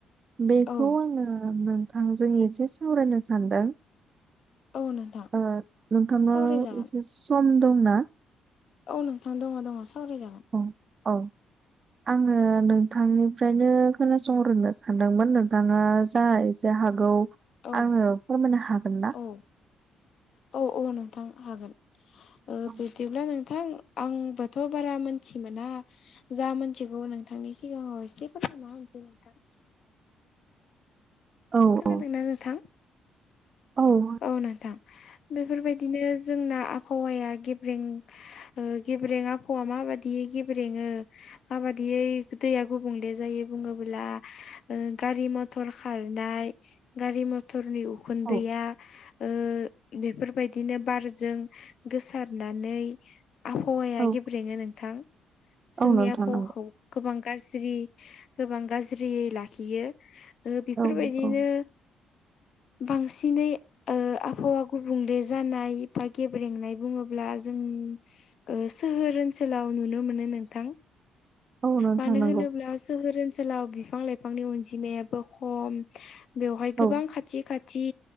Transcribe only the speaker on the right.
बेखौ
आङो नोंथांजों एसे सावरायनो सानदों।
ओ नोंथांनाव
एसे सम दंना
अ अ आङो नोंथांनिफ्रायनो खोनासंहरनो सानदोंमोन नोंथाङा जा जा हागौ
आङो फोरमायनो हागोन ना?
औ
औ
औ
औ
औ
औ नोंथां
नंगौ
औ औ
औ नोंथां
नंगौ
औ